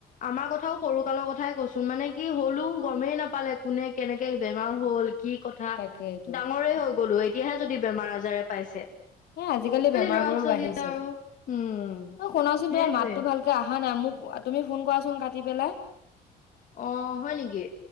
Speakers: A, on the left; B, on the left.
A: আমাৰ কথাও সৰু কালৰ কথাই কৈছো মানে কি হ'লেও গমেই নাপালে কোনে কেনেকে বেমাৰ হল কি কথা
B: তাকেইটো
A: ডাঙৰে হৈ গলো এতিয়াহে যদি বেমাৰ আজাৰে পাইছে
B: হ আজিকালি বেমাৰ
A: ল'ৰা
B: বোৰো
A: ছোৱালীয়ে
B: বাঢ়িছে
A: আৰু উম
B: অ শুনাচোন
A: সেইটোৱে
B: তোমাৰ মাততো ভালকে অহা নাই মোক। তুমি ফোন কৰাচোন কাটি পেলাই
A: অহ হয় নেকি